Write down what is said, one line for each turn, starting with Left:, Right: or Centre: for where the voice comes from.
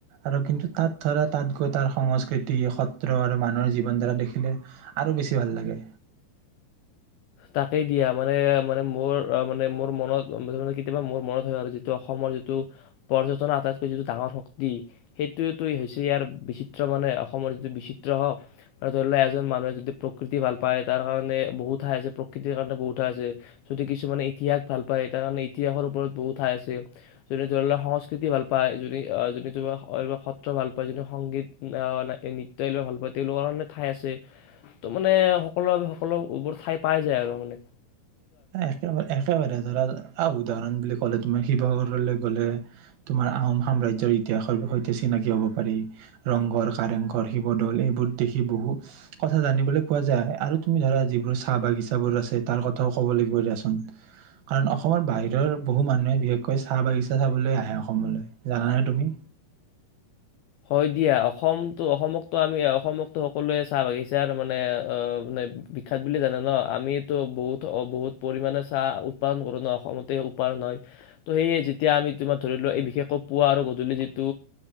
Right: আৰু কিন্তু তাত ধৰা তাত গৈ তাৰ সংস্কৃতি সত্ৰ আৰু মানুহৰ জীৱন ধাৰা দেখিলে আৰু বেছি ভাল লাগে
Left: তাকেই দিয়া মানে মানে মোৰ মানে মোৰ মনতে কেতিয়াবা মোৰ মনত হয় আৰু যিটো অসমৰ যিটো পৰ্যটনৰ আটাইতকৈ যিটো ডাঙৰ শক্তি সেইটো হৈছে ইয়াৰ বিচিত্ৰ মানে অসমৰ যিটো বিচিত্ৰ হওক মানে ধৰি লওক এজন মানুহে যদি প্ৰকৃতি ভাল পায় তাৰ কাৰণে বহুত ঠাই আছে প্ৰকৃতিৰ কাৰণে বহুত ঠাই আছে যদি কিছুমানে ইতিহাস ভাল পায় তাৰ কাৰণে ইতিহাসৰ ওপৰত বহুত ঠাই আছে যোনে ধৰি লক সংস্কৃতি ভাল পায় যো যোনে সত্ৰ ভাল পায় যোনে সংগীত নৃত্য এলাক ভাল পায় তেওঁলোকৰ কাৰণে ঠাই আছে মানে সকলোৰে বাবে সকলোবোৰ ঠাই পাই যায় আৰু মান
Right: একেবাৰে একেবাৰে ধৰা আহ উদাহৰণ বুলি ক'লে তুমি শিৱসাগৰলৈ গ'লে তোমাৰ আহোম সাম্ৰাজ্য়ৰ ইতিহাসৰ সৈতে চিনাকি হ'ব পাৰি ৰংঘৰ কাৰেংঘৰ শিৱদৌল এইবোৰ দেখি বহু কথা জানিবলৈ পোৱা যায় আৰু তুমি ধৰা যিবোৰ চাহ বাগিচা বোৰ আছে তাৰ কথাও ক'ব লাগিব দিয়াচোন কাৰণ অসমৰ বাহিৰৰ বহু মানুহে বিশেষকৈ চাহ বাগিচা চাবলৈ আহে অসমলৈ জান নাই তুমি
Left: হয় দিয়া অসমো অসমকো আমি অসমো সকলোৱে চাহ বাগিচাৰ মানে মানে বিখ্যাত বুলি জানে ন আমো বহুত বহুত পৰিমমানে চাহ উৎপাদন কৰো ন অসমতে উৎপাদন হয় ত সেয়ে যেতিয়া আমি তোমাৰ ধৰিলোৱা এই বিশেষকৈ পুৱা আৰু গধূলি যিটো